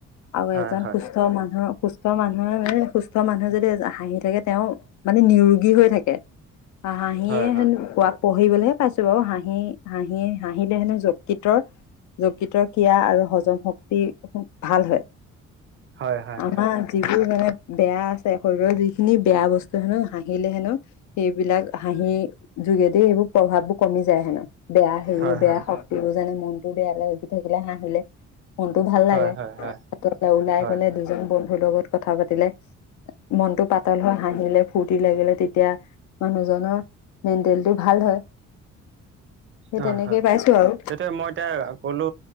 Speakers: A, on the left; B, on the right.
A: আৰু
B: হয়
A: এজন সুস্থ সুস্থ মানুহৰ সুস্থ মানুহে মানে সুস্থ মানুহে যদি হাঁহি থাকে তেওঁ মানে নিৰোগী হৈ থাকে। হাঁহিয়
B: হয় হয়
A: হেনো কোৱ পঢ়িবলৈহে পাইছো বাৰু হাঁহি হাঁহি হাঁহিলে হেনো যকৃত যকৃতৰ ক্ৰিয়া আৰু হজম শক্তি খুব ভাল হয়।
B: হয় হয়
A: আমাৰ
B: হয়
A: যিবোৰ মানে বেয়া আছে শৰীৰৰ যিখিনি বেয়া বস্তু হেনো হাঁহিলে হেনো সেইবিলাক হাঁহিৰ যোগেদি এইবোৰ প্ৰভাৱ বোৰ কমি যায় হেনো। বেয়া হেৰিও
B: হয়
A: বেয়া
B: হয়
A: শক্তিবোৰ জানে মনটো বেয়া লাগি থাকিলে হাঁহিলে মনটো ভাল
B: হয়
A: লাগে।
B: হয় হয়
A: ওলাই
B: হয়
A: গলে
B: হয়
A: দুজন বন্ধুৰ লগত কথা পাতিলে। মনটো পাতল হয় হাঁহিলে। ফুৰৰ্তি লাগিলে তেতিয়া মানুহজনৰ মেণ্টেলেটিটো ভাল হয়। সেই
B: হয়
A: তেনেকেই
B: হয়,
A: পাইছো আৰু
B: সেইটোয়ে মই এতিয়া কলো